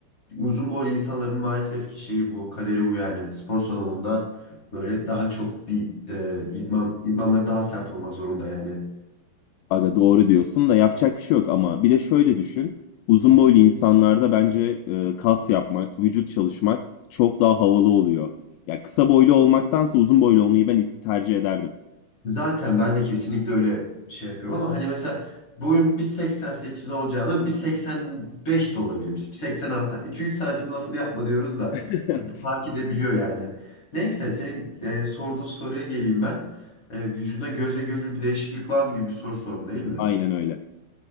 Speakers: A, on the left; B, on the left.
A: uzun boylu insanların maalesef ki şeyi bu, kaderi bu yani. Spor salonunda böyle daha çok bir e, idman, idmanları daha sert olmak zorunda yani.
B: Aga doğru diyorsun da yapacak bir şey yok ama bir de şöyle düşün. Uzun boylu insanlarda bence e, kas yapmak, vücut çalışmak çok daha havalı oluyor. Ya kısa boylu olmaktansa uzun boylu olmayı ben tercih ederdim.
A: Zaten ben de kesinlikle öyle şey yapıyorum ama hani mesela boyum 1.88 olacağına 1.85 de olabilirmiş. 1.86. 2-3 santim lafını yapma diyoruz da
B: <laughs>
A: fark edebiliyor yani. Neyse senin e, sorduğun soruya geleyim ben. E, vücudunda göze görülür bir değişiklik var mı gibi bir soru sordun değil mi?
B: Aynen öyle.